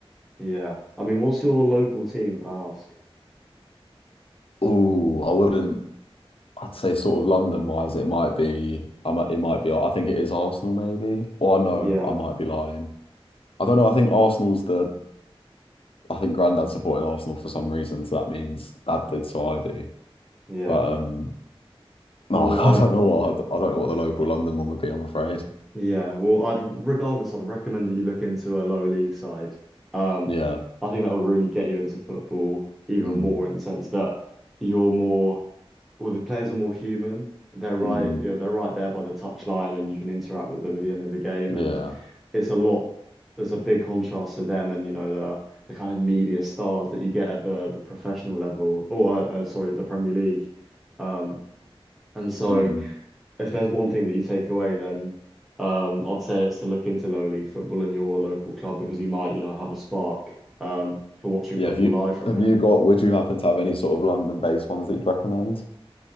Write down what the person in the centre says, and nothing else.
Yeah. I mean, what's your local team, can I ask?
Yeah,
yeah.
Well,
I'd
yeah, well, I'd regardless, I'd recommend that you look into a lower league side. Um,
I think that will really get you into football even
more in the sense that you're more, well, the players are more human. They're right,
you know, they're right there by the touchline, and you can interact with them at the end of the game.
And it's a lot. There's a big contrast to them and you know the the kind of media stars that you get at the the professional level or uh, uh, sorry, the Premier League. Um, and so
if there's one thing that you take away, then um, I'd say it's to look into lower league football in your local club because you might you know have a spark um for watching
football
live from
it.